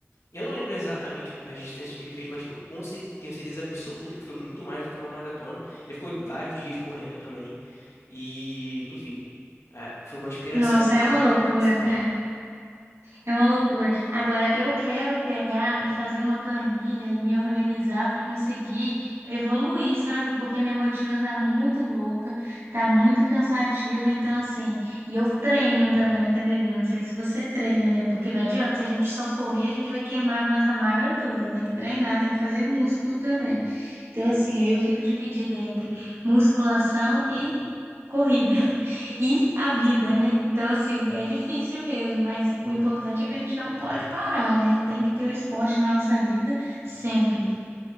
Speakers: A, on the left (about 80°); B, on the right (about 65°).
A: Eu não lembro exatamente as distâncias que ele fez, mas eu com cer- tenho certeza absoluta que foi muito mais do que uma maratona. Ele ficou vários dias correndo também e, enfim, é, foi uma inspiração
B: nossa, é
A: para
B: uma loucura,
A: para começar.
B: cara. É uma loucura. Agora, eu quero pegar e fazer uma planilha e me organizar para conseguir evoluir, sabe? Porque minha rotina tá muito louca, tá muito cansativa. Então, assim, e eu treino também na academia. Não sei se você treina, né? Porque não adianta, se a gente só correr, a gente vai queimar a massa magra toda. Tem que treinar, tem que fazer músculo também. Então, assim, aí eu fico dividida entre musculação e corrida. E a vida, né? Então, assim, é difícil mesmo, mas o importante é que a gente não pode parar, né? Tem que ter o esporte na nossa vida sempre.